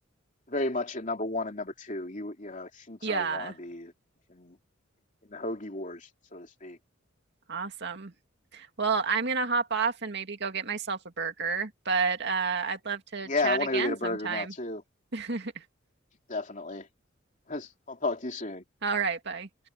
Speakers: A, on the left (about 40°); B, on the right (about 60°).
A: very much in number one and number two. You you know, sheets
B: Yeah,
A: are wannabes in in the hoagie wars, so to speak.
B: awesome. Well, I'm gonna hop off and maybe go get myself a burger, but uh, I'd love to
A: Yeah,
B: chat
A: I want
B: again
A: to go get a
B: sometime.
A: burger now too.
B: <laughs>
A: Definitely. <laughs> I'll talk to you soon.
B: All right, bye.